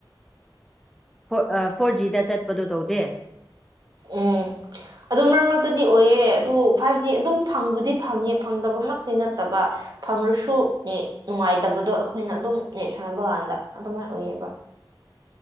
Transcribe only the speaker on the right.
ꯎꯝ ꯑꯗꯨ ꯃꯔꯛ ꯃꯔꯛꯇꯗꯤ ꯑꯣꯏꯌꯦ ꯑꯗꯨ ꯐꯥꯏꯚ ꯖꯤ ꯑꯗꯨꯝ ꯐꯪꯕꯨꯗꯤ ꯐꯪꯉꯦ ꯐꯪꯗꯕꯃꯛꯇꯤ ꯅꯠꯇꯕ ꯐꯪꯂꯁꯨ ꯅꯨꯡꯉꯥꯏ ꯇꯕꯗꯣ ꯑꯈꯣꯏꯅ ꯑꯗꯨꯝ ꯅꯦꯠ ꯁꯥꯟꯅꯕ ꯀꯥꯟꯗ ꯑꯗꯨꯃꯥꯏꯅ ꯑꯣꯏꯌꯦꯕ